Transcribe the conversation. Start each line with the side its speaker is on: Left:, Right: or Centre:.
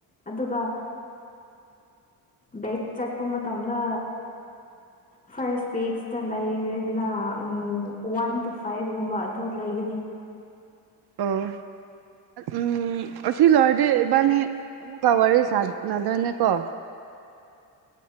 Left: ꯑꯗꯨꯒ ꯕꯦꯛ ꯆꯠꯄ ꯃꯇꯝꯗ ꯐꯥꯔꯁ ꯄꯦꯖꯇ ꯂꯩꯔꯦꯗꯅ ꯋꯥꯟ ꯇꯨ ꯐꯥꯏꯚꯒꯨꯝꯕ ꯑꯗꯨ ꯂꯩꯒꯅꯤ
Right: ꯑꯣ ꯎꯝ ꯑꯁꯤ ꯂꯣꯏꯔꯗꯤ ꯏꯕꯥꯅꯤ ꯑꯃꯨꯛꯀ ꯋꯥꯔꯤ ꯁꯥꯟꯅꯗꯣꯏꯅꯦꯀꯣ